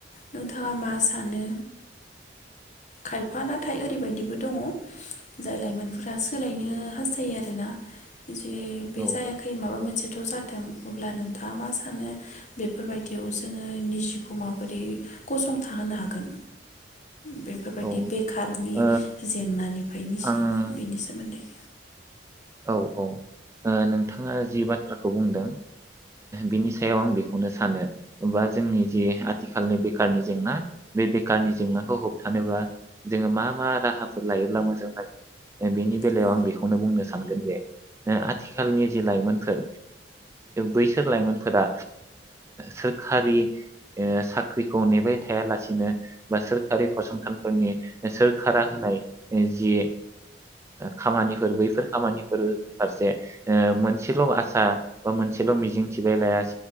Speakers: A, on the left; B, on the right.
A: नोंथाङा मा सानो? खायफा नाथाय ओरैबायदिबो दङ' जाय लाइमोनफोरा सोलायनो हास्थायो आरोना जे
B: औ
A: बे जायाखै माबा मोनसे थ' जाथों अब्ला नोंथाङा मा सानो बेफोरबायदियाव जोङो निजिखौ माबोरै गसंथाहोनो हागोन? बेफोरबायदि
B: औ
A: बेखारनि
B: ओ
A: जेंनानिफ्राय निजि
B: आं
A: बेनि सोमोन्दै
B: औ औ नोंथाङा जि बाथ्राखौ बुंदों बिनि सायाव आं बेखौनो सानो बा जोंनि जि आथिखालनि बेखारनि जेंना बे बेकारनि जेंनाखौ होबथानोबा जोङो मा मा राहाफोर लायोब्ला मोजां जागोन बेनि बेलायाव
A: औ
B: आं बेखौनो बुंनो सै सानगोन बे आथिखालनि जि लाइमोनफोर बैसोर लाइमोनफोरा सोरखारि साख्रिखौ नेबाय थायालासिनो बा सोरखारि फसंथानफोरनि सोरखारा होनाय जि खामानिफोर बैफोर खामानिफोरनि फारसे मोनसेल आसा बा मोनसेल मिजिं थिलाय